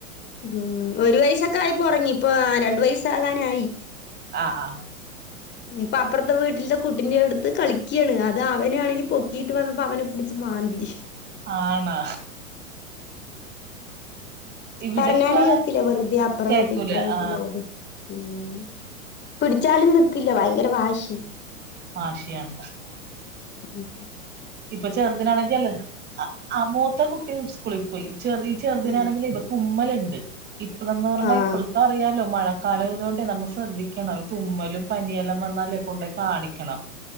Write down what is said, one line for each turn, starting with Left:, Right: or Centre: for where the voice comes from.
Left: ഉം ഒരു വയസൊക ആയപ്പോറങ്ങി ഇപ്പ രണ്ടു വയസാകാനായി
Right: ആ ആ
Left: പ്പ അപ്പർത്ത വീട്ടിൽത്തെ കുട്ടിനെ ട്ത്ത് കളിക്യാണ് അത് അവനൊണെങ്കിൽ പൊക്കിയിട്ട് വന്നപ്പോൾ അവനെ പിടിച്ച് മാന്തി
Right: ആണാ ഇവിടെ
Left: പറഞ്ഞാല്
Right: ഇപ്പ
Left: കേൾക്കില്ല വെറുതെ അപ്പ്ര
Right: കേക്കൂല
Left: വീട്ടില് ഇപ്ര വീട്ടില്
Right: ആ
Left: ഓടും ഉം പിട്ച്ചാലും നിക്കില്ല ഭയങ്കര വാശി
Right: ബാഷിയാൺ
Left: ഉം
Right: ഇപ്പൊ ചെറുതിനാണെ ജല അ അ മൂത്ത കുട്ടി സ്കൂളി പോയി ചെറിയ ചെറുതിനിനാണെങ്കില്
Left: ഉം
Right: ഇവ തുമ്മല്ണ്ട്. ഇപ്പളന്ന് പറഞ്ഞാ
Left: ആഹ്
Right: ഇപ്പൾത്തെ അറിയാലോ മഴ കാലായ്തോണ്ട് നമ്മ ശ്രദ്ധിക്കണം തുമ്മലും പനിയെല്ലാം വന്നാല് കൊണ്ടയി കാണിക്കണം.